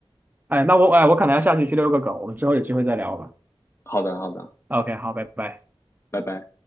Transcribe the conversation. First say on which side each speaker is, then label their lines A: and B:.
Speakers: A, on the right; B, on the left.
A: 哎，那我哎，我可能要下去去遛个狗，我们之后有机会再聊吧。
B: 好的，好的，
A: OK，好，拜拜。
B: 拜拜。